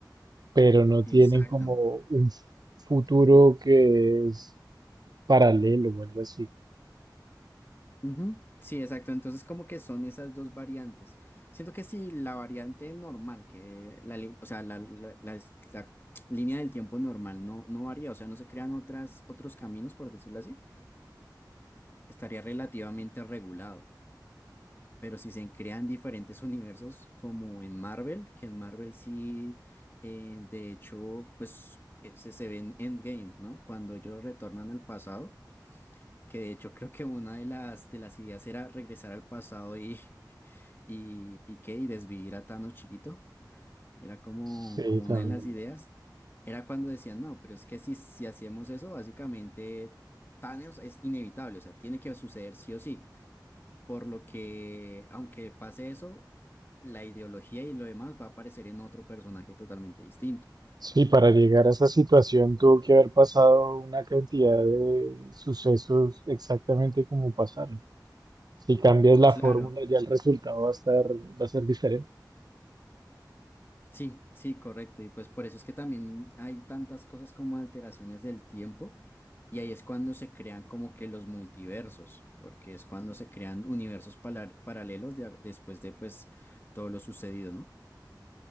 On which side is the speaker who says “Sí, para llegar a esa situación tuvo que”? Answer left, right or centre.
Right